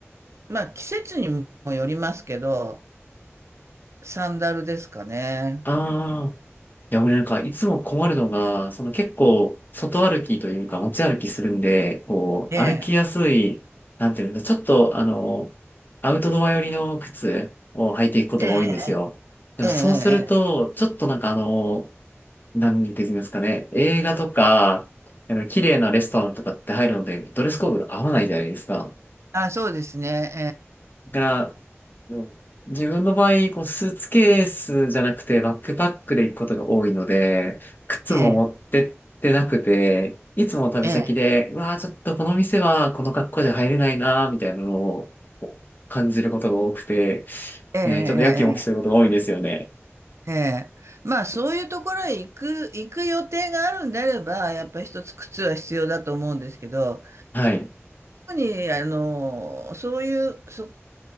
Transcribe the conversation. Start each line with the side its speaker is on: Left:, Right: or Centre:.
Right: ー、まあ季節にもよりますけど、サンダルですかね。
Left: ああーいや、俺なんか、いつも困るのが、その結構、外歩きというか、街歩きするんで、こう、
Right: ええ、
Left: 歩きやすい、なんていうんだ、ちょっと、あの、アウトドア寄りの靴を履いていくことが多いんですよ。
Right: ええ、
Left: でも、
Right: ええ、
Left: そうすると、
Right: ええ。
Left: ちょっとなんかあの、なんて言うんですかね、映画とか、あの、綺麗なレストランとかって入るので、ドレスコードが合わないじゃないですか。
Right: あ、そうですね。
Left: が、うん自分の場合、こうスーツケースじゃなくてバックパックで行くことが多いので、靴も持ってってなくて、
Right: ええ、ええ、
Left: いつも旅先で、
Right: ええ、
Left: うわあ、ちょっとこの店はこの格好じゃ入れないなーみたいなのをこう感じることが多くて、
Right: ええ、ええ、
Left: ね、ちょっとやきもきすることが多いんですよね。
Right: ええ。ええええまあそういうところへ行く、行く予定があるんであれば、やっぱり一つ靴は必要だと思うんですけど、
Left: はい。
Right: 特に、あの、そういう、そ